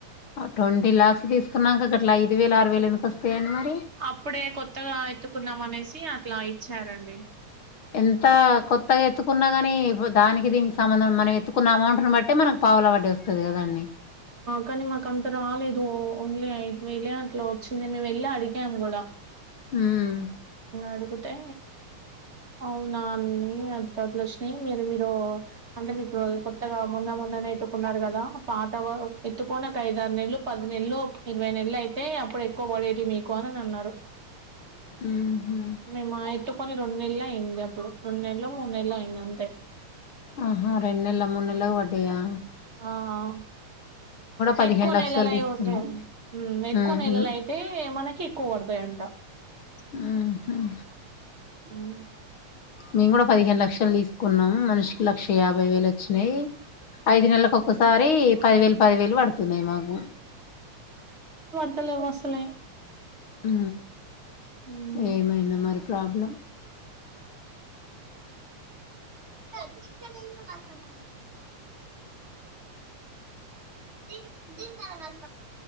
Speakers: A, on the left; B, on the right.
A: ట్వంటీ లాక్స్ తీసుకున్నాంక అట్లా ఐదు వేలు ఆరు వేలు ఎందుకు వస్తాయండి మరి.
B: అప్పుడే కొత్తగా ఆయితు కున్నాం అనేసి అట్లా ఇచ్చారండి.
A: ఎంత కొత్తగా ఎత్తుకున్నా కాని దానికి దీనికి సంబంధం మనం ఎత్తుకున్న అమౌంట్ని బట్టే మనకు పావలా వడ్డి వస్తది కదండి.
B: కానీ మాకు అంత రాలేదు ఓ ఓన్లీ ఐదు వేలే అట్లా వచ్చింది మేము వెళ్ళి అడిగాం కూడా
A: ఉమ్
B: అడిగితే అవునా అ ఎ <inaudible> వచ్చినయి మీరు మీరు అంటే మీకు కొత్తగా మొన్న మొన్ననే ఎత్తుకున్నారు కదా పా తవు ఆగు ఎత్తుకోనక ఐదు ఆరు నెలలు పది నెలలు ఇరవై నెలలు అయితే అప్పుడు ఎక్కువ పడేటియి మీకు అని అన్నారు.
A: ఉహు
B: మెమా యిటు కొని రెండునెల్లె అయింది అప్పుడు రెండు నెల్లో మూడు నెల్లో అయింది అంతే.
A: ఆహా రెండ్నెల్ల మూన్నెలకు పడ్డయా.
B: ఆ అవు
A: పదిహేను
B: ఎక్కువ
A: లక్షలు
B: నెలలయి
A: తీసుకున్నాం
B: ఉంటయి. హ్ ఎక్కువ
A: ఉమ్
B: నెలలయితే మన కి ఎక్కువ పడ్తయి అంట.
A: హుహ్
B: మ్మ్
A: మేము కూడా పదిహేను లక్షలు తీసుకున్నం. మనిషికి లక్ష యాభై వేలు వచ్చినయి. ఐదు నెలలకు ఒక్కసారి పది వేలు పది వేలు పడుతున్నయి మాకు.
B: వత్తలేవు అసలే.
A: హ్
B: మ్మ్
A: ఏమైందో మరి ప్రాబ్లం.
B: ఇనే మన ఇ బ